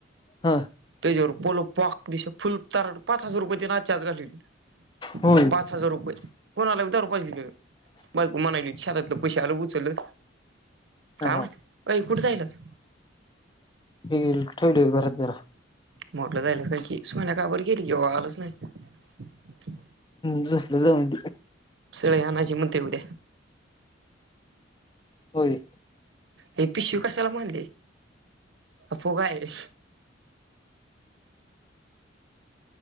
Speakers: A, on the left; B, on the right.
A: हा
B: त्याच्यावर पोल पाक दिश फुल ताराट पाच हजार रुपये त्यानं आजच्या आज घालवले
A: होय
B: पाच हजार रुपये कोणा <unintelligible> बायको म्हणाली शातातलं पैसे आलं उचल काम
A: हा
B: कुठे जाईलच
A: हे ठेल घरात जरा
B: मोठलं जायल का की? सुन्या काबर गेली आलंच नाही
A: झोपलं जाऊन
B: <unintelligible> आणायची म्हणतं उद्या
A: होय.
B: हे पिशव कसाला बांधली फुगा ए ह